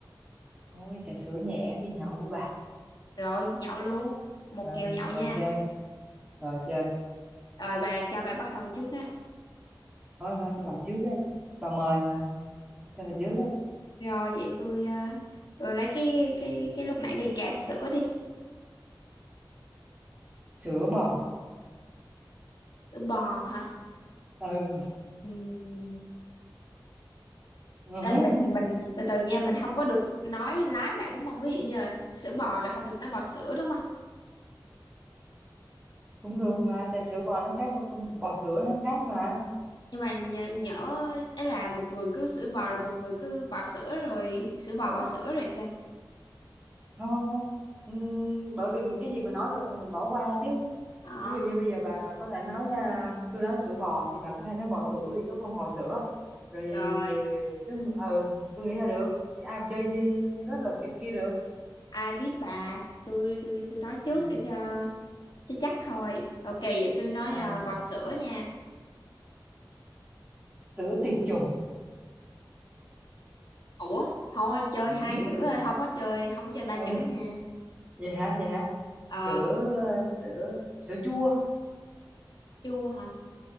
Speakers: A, on the right (about 15°); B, on the left (about 60°).
A: thôi trà sữa nhẹ đi nhậu với bà
B: Rồi, nhậu luôn. Một
A: rồi
B: kèo nhậu
A: rồi
B: nha.
A: chơi rồi chơi
B: Rồi bà cho bà bắt đầu trước á.
A: thôi vào cho bà trước á bà mời mà cho bà trước á
B: Rồi vậy tôi ờ, tôi lấy cái cái cái lúc nãy đi trà sữa đi.
A: sữa bò
B: Sữa bò hả?
A: ừ
B: Ừm.
A: <laughs>
B: Ê, mình mình từ từ nha, mình không có được nói lái lại đúng không? Ví dụ như là sữa bò rồi không được nói bò sữa đúng không?
A: cũng được mà tại sữa bò nó khác con bò sữa nó khác mà
B: nhưng mà nhỡ, nhỡ ấy là một người cứ sữa bò rồi một người cứ bò sữa rồi sữa bò bò sữa rồi sao
A: không không không Ừm, bởi vì mình- cái gì mình nói rồi thì mình bỏ qua chứ
B: ờ
A: ví dụ như bây giờ bà bà có thể nói à, tôi nói sữa bò thì bà có thể nói bò sữa bởi vì có con bò sữa rồi
B: rồi
A: nếu ừ tôi nghĩ là được ai mà chơi gì rất là kiểu kia được
B: ai biết bà tôi tôi tôi nói trước
A: ừ.
B: để cho cho chắc thôi ok vậy tôi nói
A: rồi
B: à, bò sữa nha
A: sữa tiệt trùng
B: ủa thôi chơi
A: ừ.
B: hai chữ thôi không có chơi không chơi ba
A: ôi
B: chữ
A: da
B: nha
A: vậy hả vậy hả
B: ờ
A: sữa ờ, sữa sữa chua
B: chu hả